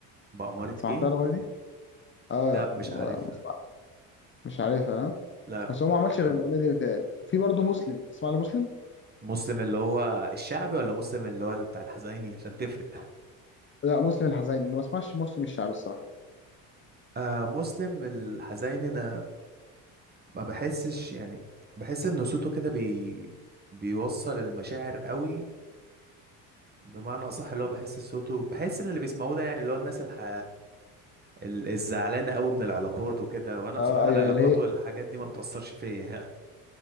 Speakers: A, on the right (about 25°); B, on the left (about 30°).
A: بأمارة
B: سمعتها
A: ايه
B: الاغنيه دي اه
A: لا مش عارفها
B: مش مش عارفها ها؟
A: لا
B: بس هو ما عملش غير الاغنيه دي متهيألي وفي برضه مسلم تسمع لمسلم
A: مسلم اللي هو الشعبي ولا مسلم اللي هو بتاع الحزيني عشان تفرق
B: لا مسلم الحزين انا ما بسمعش مسلم الشعبي الصراحه
A: آه مسلم الحزيني انا ما بحسش يعني بحس ان صوته كده بي بيوصل المشاعر قوي بمعنى اصح اللي هو بحس صوته بحس ان اللي بيسمعوه ده يعني اللي هو الناس الح... ال- الزعلانه قوي من العلاقات وكده وانا بصراحه
B: اه ايوه
A: العلاقات
B: اللي هي
A: والحاجات دي ما بتاثرش فيا يعني